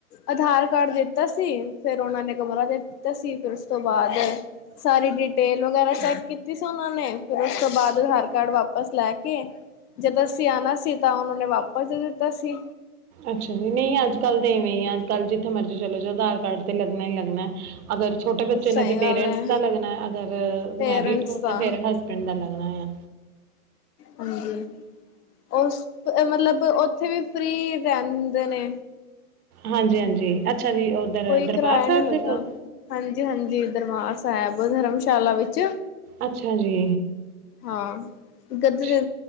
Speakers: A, on the left; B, on the right.
A: ਅਧਾਰ ਕਾਰਡ ਦਿੱਤਾ ਸੀ ਫੇਰ ਓਨਾਂ ਨੇ ਕਮਰਾ ਦੇ ਦਿੱਤਾ ਸੀ ਫੇਰ ਉਸ ਤੋਂ ਬਾਅਦ ਸਾਰੀ ਡਿਟੇਲ ਵਗੈਰਾ ਚੈੱਕ ਕੀਤੀ ਸੀ ਓਨਾਂ ਨੇ ਫੇਰ ਓਸ ਤੋਂ ਬਾਦ ਅਧਾਰ ਕਾਰਡ ਵਾਪਸ ਲੈ ਕੇ ਜਦੋ ਅਸੀਂ ਆਣਾ ਸੀ ਤਾਂ ਉਨੋ ਨੇ ਵਾਪਸ ਦੇ ਦਿੱਤਾ ਸੀ।
B: ਅੱਛਾ ਜੀ, ਨਈ ਅੱਜ-ਕੱਲ੍ਹ ਤੇ ਇਵੇਂ ਈ ਐ ਅੱਜ-ਕੱਲ੍ਹ ਜਿੱਥੇ ਮਰਜ਼ੀ ਚੱਲੇ ਜਾਓ, ਅਧਾਰ ਕਾਰਡ ਤੇ ਲੱਗਣਾ ਈ ਲੱਗਣਾ ਐ। ਅਗਰ ਛੋਟੇ ਬੱਚੇ
A: ਸਹੀ
B: ਨੇ ਤੇ
A: ਗੱਲ
B: ਪੇਰੈਂਟਸ
A: ਹੈ
B: ਦਾ ਲੱਗਨਾ ਐ ਅਗਰ
A: ਪੇਰੈਂਟਸ
B: ਮੈਰਿਡ ਹੋ
A: ਦਾ
B: ਤੇ ਫਗਰ ਹਸ ਬੈਂਡ ਦਾ ਲੱਗਣਾ ਯਾਂ।
A: ਹਾਂਜੀ, ਓਸ ਮਤਲਬ ਓਥੇ ਵੀ ਫ੍ਰਰੀ ਰੈਂਦੇ ਨੇ।
B: ਹਾਂਜੀ-ਹਾਂਜੀ ਅੱਛਾ ਜੀ ਔਧਰ
A: ਕੋਈ
B: ਦਰਬਾਰ
A: ਕਿਰਾਇਆ
B: ਸਾਬ
A: ਨਹੀਂ ਲੱਗਦਾ
B: ਦੇ ਕੋਲ।
A: ਹਾਂਜੀ-ਹਾਂਜੀ ਦਰਬਾਰ ਸੈਬ ਧਰਮਸ਼ਾਲਾ ਵਿੱਚ
B: ਅੱਛਾ ਜੀ।
A: ਹਾਂ, ਗੱਦੇ
B: ਠੀ
A: ਦੇ